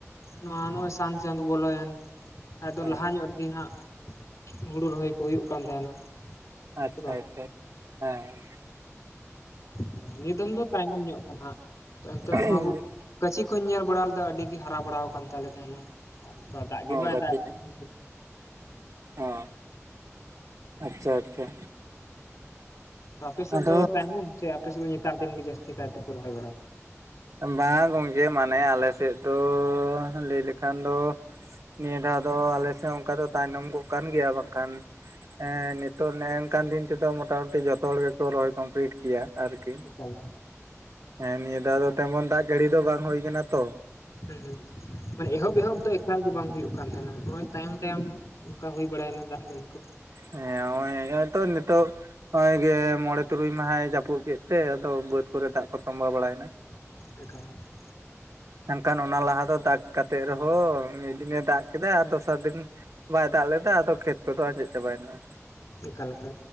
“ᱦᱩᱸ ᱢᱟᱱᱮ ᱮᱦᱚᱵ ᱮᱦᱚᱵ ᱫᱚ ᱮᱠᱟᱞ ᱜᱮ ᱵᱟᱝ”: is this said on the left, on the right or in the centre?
Left